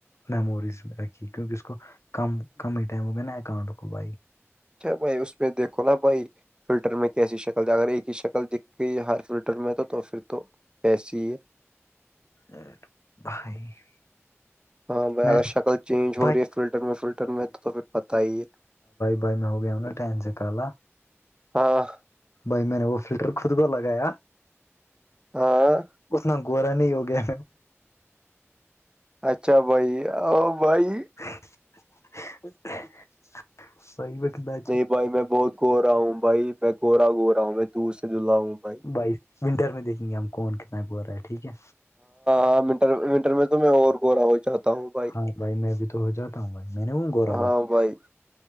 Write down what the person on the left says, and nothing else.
میموریز میں رکھی کیوںکہ اس کو کم کم ہی ٹائم ہو میں نا اکاؤنٹ کو بائی
ا بائی <unintelligible>
ب
بھائی
بھائی میں ہو گیا ٹین سے کالا <unintelligible> <inaudible>
بھائی میں نے وہ فلٹر خود کو لگایا
اتنا گورا نہیں ہو گیا
ا <unintelligible> <inaudible> صحی و کہ <unintelligible> <inaudible>
بائی ونٹر میں دیکھیں گے ہم کون کتنا کو رہا ہے ٹھیک ہے
ہاں میں بھی تو ہو جاتا ہوں بھائی میں نے ہوں گورا بھائی